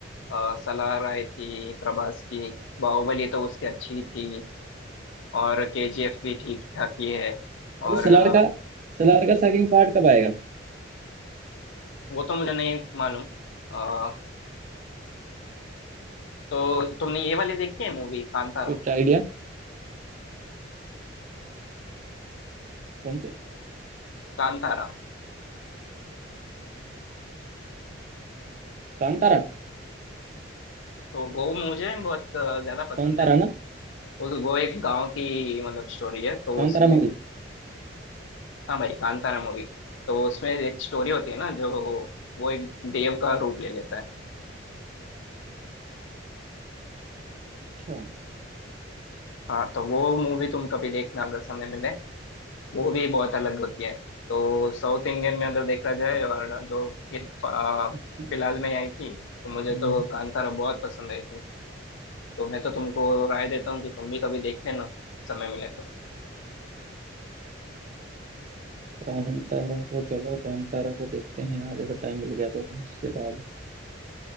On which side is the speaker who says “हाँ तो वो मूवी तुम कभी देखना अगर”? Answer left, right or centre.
Left